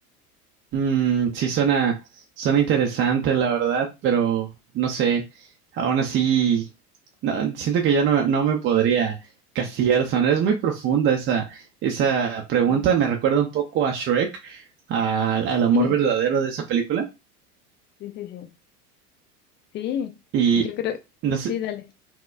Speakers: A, on the right; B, on the left.
A: Mm, sí, suena, suena interesante, la verdad, pero no sé, aún así, no, siento que yo no, no me podría castigar, son, es muy profunda esa, esa pregunta,
B: Ujú.
A: me recuerda un poco a Shrek, al al amor
B: <laughs>
A: verdadero de esa película,
B: Sí, sí, sí. Sí,
A: y
B: yo creo,
A: no
B: sí,
A: sé,
B: dale.